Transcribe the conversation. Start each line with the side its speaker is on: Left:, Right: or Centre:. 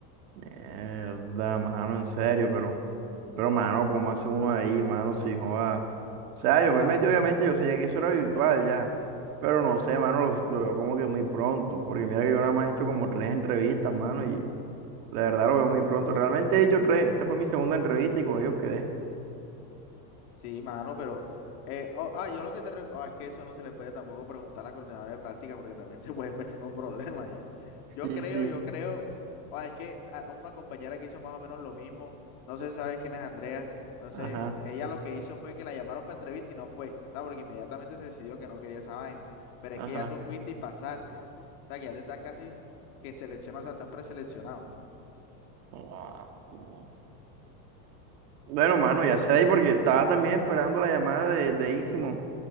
Right: mierda, mano, en serio, pero, pero, mano, ¿cómo hace uno ahí, mano? Si joda. O sea, yo me
Left: Ah,
Right: metí,
Left: no.
Right: obviamente, yo sabía que eso era virtual ya. Pero no sé, mano, lo, lo veo como que muy pronto. Porque mira que yo nada más he hecho como tres entrevistas, mano, y La verdad lo veo muy pronto. Realmente ellos tres, esta fue mi segunda entrevista y con ellos quedé.
Left: Sí, mano, pero... eh, oh, ah, yo lo que te... re- ah, es que eso no se le puede tampoco preguntar a la coordinadora de práctica porque también te <laughs> pueden meter en un problema ya. Yo
Right: Sí,
Left: creo,
Right: sí.
Left: yo creo... ah, es que a, a una compañera que hizo más o menos lo mismo, no sé si sabes quién es Andrea, entonces
Right: Ajá,
Left: ella lo que hizo fue que la llamaron para entrevista y no fue, ¿sabes? Porque inmediatamente se decidió que no quería esa vaina. Pero
Right: ajá.
Left: es que ya tú fuiste y pasaste. O sea, que ya te estás casi que seleccionado, o sea, estás preseleccionado.
Right: Guau, no. Bueno, mano, ya sé ahí porque estaba también esperando la llamada de, de Ísimo.